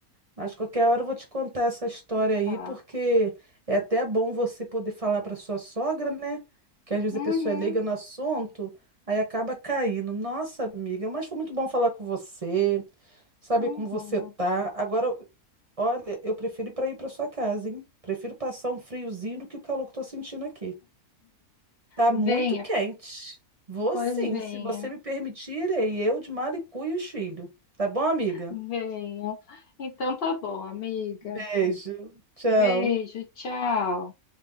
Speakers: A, on the right (about 30°); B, on the left (about 60°).
A: Mas qualquer hora eu vou te contar essa história aí,
B: tá.
A: porque é até bom você poder falar para sua sogra, né? Que às vezes
B: Uhum,
A: a pessoa é leiga no assunto, aí acaba caindo. Nossa, amiga, mas foi muito bom falar com você, saber
B: uhum.
A: como você tá. Agora Olha, eu prefiro ir para ir para sua casa, hein? Prefiro passar um friozinho do que o calor que eu tô sentindo aqui. Tá
B: Venha,
A: muito quente. Vou
B: pois
A: sim,
B: venha,
A: se você me permitir, irei eu de mala e cuia e os filhos. Tá bom, amiga?
B: venha. Então tá bom, amiga.
A: Beijo. Tchau.
B: Beijo, tchau.